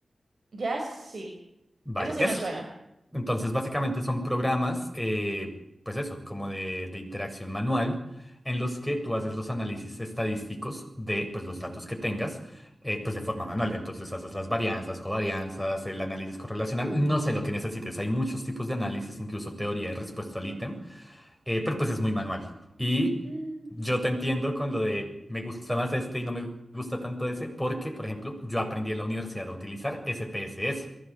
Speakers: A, on the right (about 55°); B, in the centre.
A: Jax, sí,
B: Vale,
A: ese sí
B: eso.
A: me suena.
B: Entonces, básicamente son programas, eh, pues eso, como de, de interacción manual, en los que tú haces los análisis estadísticos de pues, los datos que tengas, eh, pues de forma manual. Entonces haces las varianzas, covarianzas, el análisis correlacional, no sé lo que necesites. Hay muchos tipos de análisis, incluso teoría de respuesta al ítem, eh, pero pues es muy manual. Y
A: Mm.
B: yo te entiendo con lo de me gusta más este y no me gusta tanto ese, porque, por ejemplo, yo aprendí en la universidad a utilizar SPSS.